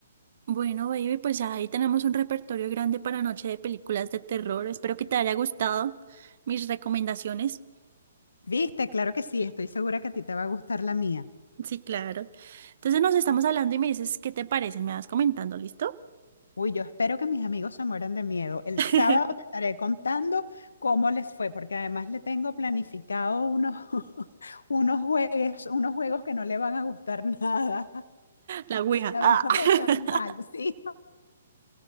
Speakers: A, on the right; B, on the left.
A: Bueno, baby, pues ya ahí tenemos un repertorio grande para noche de películas de terror. Espero que te haya gustado mis recomendaciones.
B: ¿Viste? Claro que sí, estoy segura que a ti te va a gustar la mía.
A: Sí, claro. Entonces nos estamos hablando y me dices qué te parece. Me vas comentando, ¿listo?
B: Uy, yo espero que mis amigos se mueran de miedo. El
A: <laughs>
B: sábado te estaré contando cómo les fue, porque además le tengo planificado unos, <laughs> unos juegos, unos juegos que no le van a gustar <laughs> nada.
A: La ouija.
B: La
A: Ah.
B: van a pasar mal,
A: <laughs>
B: ¿sí?